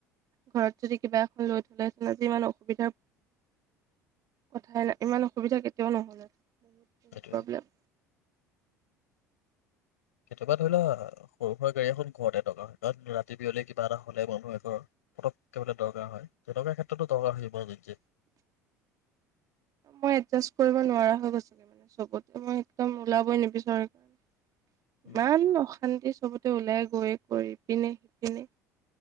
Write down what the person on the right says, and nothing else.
ঘৰত যদি কিবা এখন লৈ থলেহেঁতেন আজি ইমান অসুবিধাৰ কথাই নাই ইমান অসুবিধা কেতিয়াও নহল বহুত বহুত
প্ৰব্লেম
মই এডজাষ্ট কৰিব নোৱাৰা হৈ গৈছো মানে চবতে মই একদম ওলাবই নিবিচাৰো সেইকাৰণে
ইমান অশান্তি চবত ওলাই গৈ কৰিপিনে সিপিনে